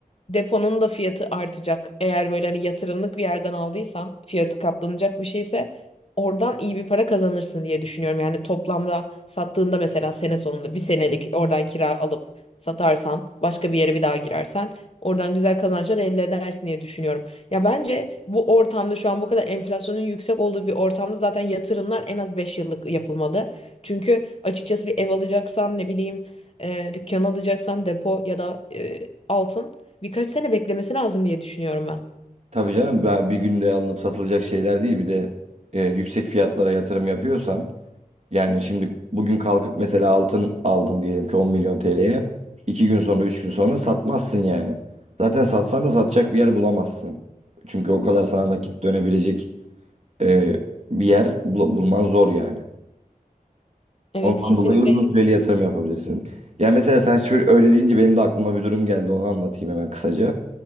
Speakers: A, on the left; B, on the right.
A: deponun da fiyatı artacak. Eğer böyle hani yatırımlık bir yerden aldıysan fiyatı katlanacak bir şeyse oradan iyi bir para kazanırsın diye düşünüyorum. Yani toplamda sattığında mesela sene sonunda bir senelik oradan kira alıp satarsan başka bir yere bir daha girersen oradan güzel kazançlar elde edersin diye düşünüyorum. Ya bence bu ortamda şu an bu kadar enflasyonun yüksek olduğu bir ortamda zaten yatırımlar en az 5 yıllık yapılmalı. Çünkü açıkçası bir ev alacaksan ne bileyim e, dükkan alacaksan depo ya da e, altın Birkaç sene beklemesi lazım diye düşünüyorum ben.
B: Tabii canım ba- bir günde alınıp satılacak şeyler değil. Bir de e, yüksek fiyatlara yatırım yapıyorsan yani şimdi bugün kalkıp mesela altın aldın diyelim ki 10 milyon TL'ye. iki gün sonra 3 gün sonra satmazsın yani. Zaten satsan da satacak bir yer bulamazsın. Çünkü o kadar sana nakit dönebilecek e, bir yer bul- bulman zor yani.
A: Evet
B: Ondan
A: kesinlikle
B: dolayı uzun süreli yatırım yapabilirsin. Ya mesela sen şöyle öyle deyince benim de aklıma bir durum geldi onu anlatayım hemen kısaca.